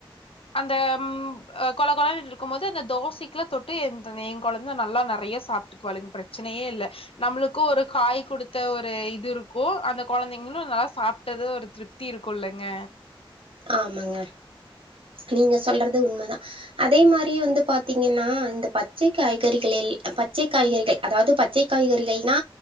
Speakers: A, on the left; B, on the right.
A: அந்த ம் கொழ கொழனு இருக்கு போது அந்த தோசைக்குலா தொட்டு என் குழந்த நல்லா நறையா சாப் க்குழுவாங் பிரச்சனையே இல்ல நம்மளுக்கு ஒரு காய் கொடுத்த ஒரு இது இருக்கு அந்த கொழந்தைங்களு நல்ல சாப்ட்டது ஒரு திருப் தி இருக்குள்ளங்க
B: ஆமாங்க நீங்க சொல்றது உண்மதா அதே மாரி வந்து பாரத்தீங்கன்னா இந்த பச்சை காய்கறிகள் எல் பச்சை காய்கறிகள் அதாவது பச்சை காய்கறிகள்னா